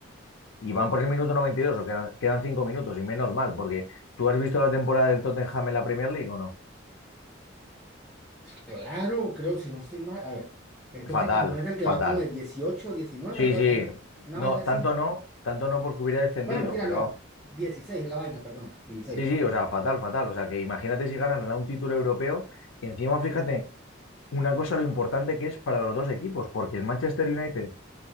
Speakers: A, on the left; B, in the centre.
A: y van por el minuto 92, o quedan, quedan cinco minutos, y menos mal, porque ¿tú has visto la temporada del Tottenham en la Premier League o no?
B: Claro, creo, si no estoy mal. A ver, el Tottenham
A: Fatal,
B: no es el que
A: fatal.
B: va como de dieciocho diecinueve
A: Sí,
B: algo,
A: sí,
B: algo así. Una
A: no,
B: vaina así.
A: tanto no, tanto no porque hubiera descendido,
B: Bueno, mentira,
A: pero
B: no.
A: vamos.
B: dieciséis es la vaina, perdón. dieciséis
A: Sí, sí, o sea, fatal, fatal. O sea, que imagínate si ganan a un título europeo, que encima, fíjate, una cosa lo importante que es para los dos equipos, porque el Manchester United